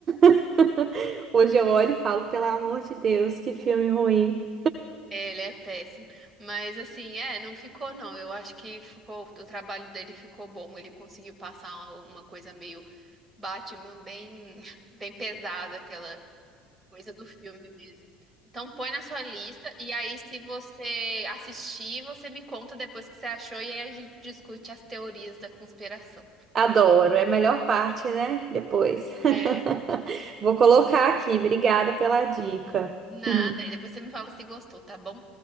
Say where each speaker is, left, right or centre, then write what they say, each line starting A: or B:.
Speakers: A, on the right; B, on the right.
A: <laughs> hoje eu olho e falo, pelo amor de Deus, que filme ruim.
B: Ele é péssimo, mas assim, é, não ficou não. Eu acho que ficou, o trabalho dele ficou bom. Ele conseguiu passar uma coisa meio Batman bem, <laughs> bem pesado, aquela coisa do filme mesmo. Então põe na sua lista e aí se você assistir, você me conta depois o que você achou e aí a gente discute as teorias da conspiração.
A: Adoro. É a melhor parte, né? Depois.
B: É,
A: <laughs> Vou colocar aqui. Obrigada pela dica.
B: nada,
A: <laughs>
B: e depois você me fala se gostou, tá bom?